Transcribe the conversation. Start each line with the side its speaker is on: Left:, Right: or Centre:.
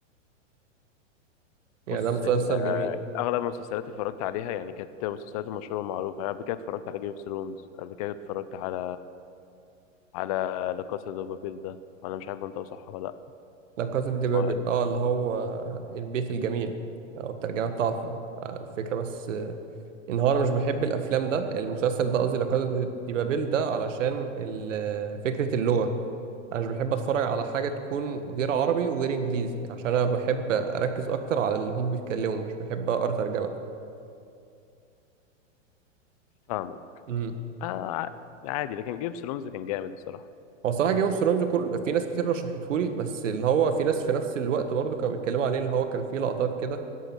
Right: يعني
Left: بص
Right: ده مسلسل
Left: ال- آه،
Right: جميل
Left: اغلب المسلسلات اللي اتفرجت عليها يعني كانت مسلسلات مشهوره ومعروفه يعني قبل كده اتفرجت على جيم اوف ثرونز قبل كده اتفرجت على على لا كاسا دو بابيل ده انا مش عارف انت صح ولا لا
Right: لا كازا دي بابل
Left: هو-
Right: اه اللي هو البيت الجميل او الترجمة بتاعته آه، الفكرة بس آه، ان هو انا مش بحب الافلام ده المسلسل ده قصدي لا كازا دي دي بابل ده علشان ال- آه، فكرة اللغة انا مش بحب اتفرج على حاجة تكون غير عربي وغير انجليزي عشان انا بحب اركز اكتر على اللي هم بيتكلموا مش بحب اقرا ترجمة
Left: فاهمه
Right: امم
Left: آه ع- عادي لكن جيم اوف ثرونز كان جامد الصراحه
Right: هو صراحة جيم اوف ثرونز كل في ناس كتير رشحتهولي بس اللي هو في ناس في نفس الوقت برضه كانوا بيتكلموا عليه اللي هو كان فيه لقطات كده